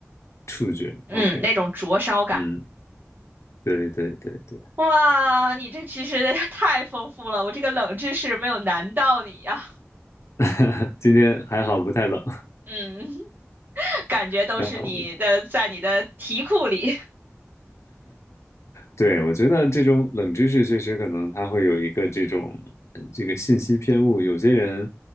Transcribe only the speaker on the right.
嗯，那种灼烧感。
哇，你这知识 <laughs> 太丰富了，我这个冷知识没有难到你呀、
嗯，<laughs> 感觉都是你的在你的题库里